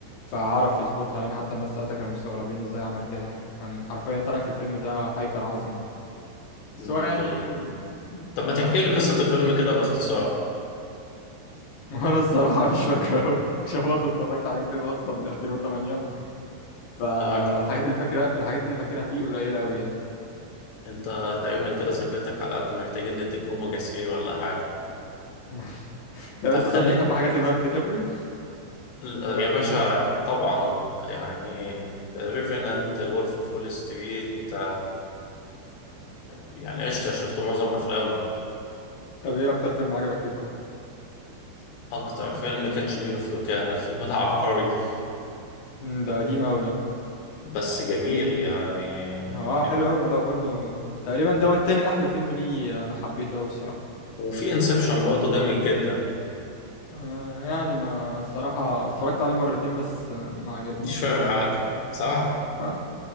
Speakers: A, on the left; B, on the left.
A: فعرف يظبطها يعني حتى الناس ساعتها كانوا مستغربين ازاي عمل كده يعني كان حرفيا طالع في الفيلم ده هيكل عظمي
B: م،
A: بس هو يعني
B: بال...
A: و...
B: طب ما تحكي لي
A: ما كان
B: قصة الفيلم كده باختصار
A: <laughs> وانا الصراحه مش فاكره قوي عشان برضه اتفرجت عليه الفيلم اصلا من 2008 فالحاجات
B: آه عجب.
A: اللي فاكره الحاجات اللي فاكرها فيه قليله قوي يعني
B: أنت تقريبا كده ذاكرتك على قد محتاجين نديك أوميجا 3 ولا حاجة
A: <laughs> لو
B: طب
A: انت
B: خلي
A: طيب بتحب حاجات ليوناردو دي كابريو
B: ال-
A: ولا
B: يا
A: ما بتحبوش
B: باشا طبعا يعني ريفينانت وولف اوف وول ستريت يعني قشطة شفت معظم أفلامه
A: طب ايه اكتر فيلم عجبك ليه طيب
B: أكتر فيلم كاتش مي إف يو كان الفيلم ده عبقري <laughs>
A: مم، ده قديم قوي ده
B: بس جميل يعني
A: اه
B: يعني
A: حلو قوي ما ده برضو تقريبا دوت تاني احلى فيلم ليه انا حبيته قوي الصراحه
B: وفي انسبشن برضه جميل جدا
A: آه يعني ما الصراحه اتفرجت عليه مرتين بس آه، ما عجبنيش
B: مش فاهم
A: قوي الصراحه
B: حاجه صح
A: آه